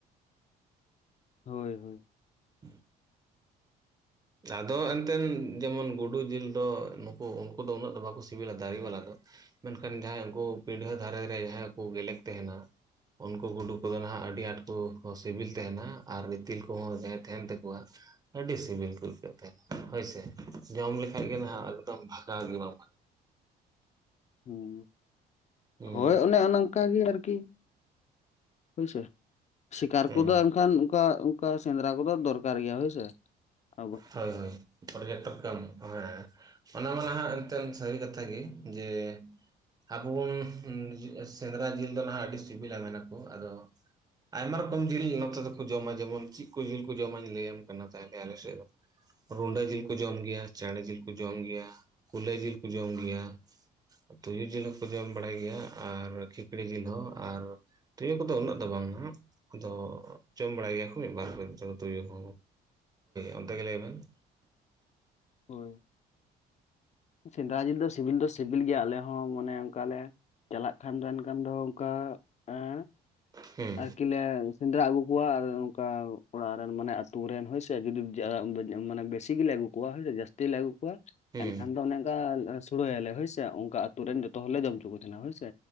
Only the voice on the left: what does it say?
ᱦᱳᱭ ᱦᱳᱭ,
ᱦᱩᱸ
ᱦᱳᱭ ᱚᱱᱮ ᱚᱱᱟᱝ ᱚᱱᱠᱟ ᱜᱮ ᱟᱨᱠᱤ ᱦᱳᱭᱥᱮ ᱥᱤᱠᱟᱨ
ᱠᱚᱫᱚ ᱮᱱᱠᱷᱟᱱ ᱚᱱᱠᱟ ᱚᱱᱠᱟ ᱥᱮᱸᱫᱽᱨᱟ ᱠᱚᱫᱚ ᱫᱚᱨᱠᱟᱨ ᱜᱮᱭᱟ ᱦᱳᱭᱥᱮ᱾ ᱟᱵᱚ
ᱦᱳᱭ ᱥᱮᱸᱫᱨᱟ ᱡᱤᱞ ᱫᱚ ᱥᱤᱵᱤᱞ ᱫᱚ ᱥᱤᱵᱤᱞ ᱜᱮᱭᱟ ᱟᱞᱮ ᱦᱚᱸ ᱢᱚᱱᱮ ᱚᱱᱠᱟᱞᱮ ᱪᱟᱞᱟᱜ ᱠᱷᱟᱱᱫ ᱫᱚ ᱮᱠᱷᱟᱱ ᱫᱚ ᱚᱱᱠᱟ ᱮᱸ
ᱟᱨᱠᱤ ᱞᱮ ᱥᱮᱸᱫᱽᱨᱟ ᱟᱹᱜᱩ ᱠᱚᱣᱟ ᱟᱨ ᱚᱱᱠᱟ ᱚᱲᱟᱜ ᱨᱮᱱ ᱢᱟᱱᱮ ᱟᱛᱩᱨᱮᱱ ᱦᱳᱭ ᱥᱮ ᱡᱩᱫᱤ <unintelligible> ᱢᱟᱱᱮ ᱵᱮᱥᱤ ᱜᱮᱞᱮ ᱟᱹᱜᱩ ᱠᱚᱣᱟ ᱦᱳᱭᱥᱮ ᱡᱟᱹᱥᱛᱤ ᱜᱮᱞᱮ ᱟᱹᱜᱩ ᱠᱚᱣᱟ
ᱮᱱᱠᱷᱟᱱ ᱫᱚ ᱚᱱᱮ ᱚᱱᱠᱟ ᱥᱩᱲᱟᱹᱭᱟᱞᱮ ᱦᱳᱭᱥᱮ ᱚᱱᱠᱟ ᱟᱛᱳ ᱨᱮᱱ ᱡᱚᱛᱚ ᱦᱚᱲᱞᱮ ᱡᱚᱢ ᱦᱚᱪᱚ ᱠᱚ ᱛᱟᱦᱮᱸᱱᱟ ᱦᱳᱭᱥᱮ᱾